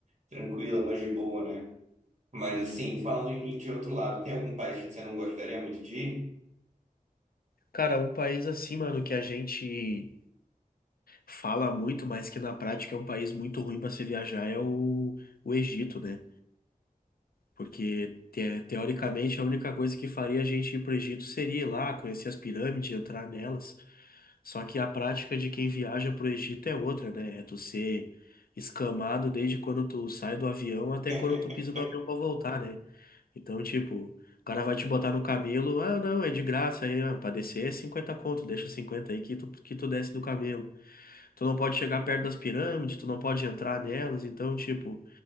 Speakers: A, on the right; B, on the left.
A: tranquila, mais de boa, né? Mas assim, falando em de outro lado, tem algum país que você não gostaria muito de ir?
B: Cara, um país assim, mano, que a gente fala muito, mas que na prática é um país muito ruim para se viajar é o o Egito, né? Porque, te- teoricamente, a única coisa que faria a gente ir para o Egito seria ir lá, conhecer as pirâmides, entrar nelas. Só que a prática de quem viaja para o Egito é outra, né? É tu ser escamado desde quando tu sai do avião até
A: <laughs>
B: quando tu pisa no avião para voltar, né? Então, tipo, o cara vai te botar no camelo, ah, não, é de graça, aí, ah, pra descer é 50 conto, deixa 50 aí que tu, que tu desce do camelo. Tu não pode chegar perto das pirâmides, tu não pode entrar nelas, então, tipo.